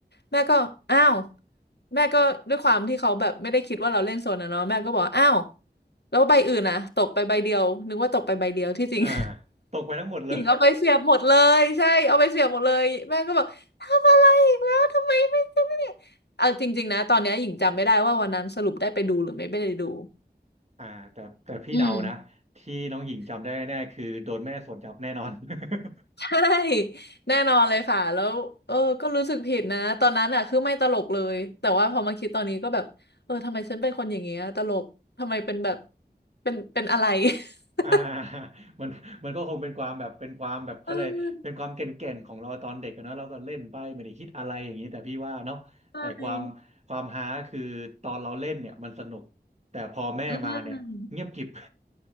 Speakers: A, on the left; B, on the right.
A: แม่ก็อ้าวแม่ก็ด้วยความที่เขาแบบไม่ได้คิดว่าเราเล่นโซนอะเนาะแม่ก็บอกอ้าวแล้วใบอื่นอะตกไปใบเดียวนึกว่าตกไปใบเดียวที่จริง
B: อ่าตกไปทั้งหมดเลย
A: <laughs> หญิงเอาไปเสียบหมดเลยใช่เอาไปเสียบหมดเลยแม่ก็บอกทำอะไรอีกแล้วทำไมไม่ไม่ไ่ยเอาจริงๆนะตอนเนี้ยหญิงจำไม่ได้ว่าวันนั้นสรุปได้ไปดูหรือไม่ไปได้ดู
B: อ่าแต่แต่พี่เดานะที่น้องหญิงจำได้แน่คือโดนแม่สวดยับแน่นอน
A: อืม
B: <laughs>
A: ใช่ <laughs> แน่นอนเลยค่ะแล้วเออก็รู้สึกผิดนะตอนนั้นอ่ะคือไม่ตลกเลยแต่ว่าพอมาคิดตอนนี้ก็แบบเออทำไมฉันเป็นคนอย่างเงี้ยตลกทำไมเป็นแบบเป็นเป็นอะไร <laughs>
B: อ่ามันมันก็คงเป็นความแบบเป็นความแบบเขาเลยเป็นความเก่นๆของเราตอนเด็กอะเนอะเราก็เล่นไปไม่ได้คิดอะไรอย่างนี้แต่พี่ว่าเนาะแต่ความความฮาคือตอนเราเล่นเนี่ยมันสนุกแต่พอแม่มาเนี่ยเงียบกริบ
A: เออใช่อืม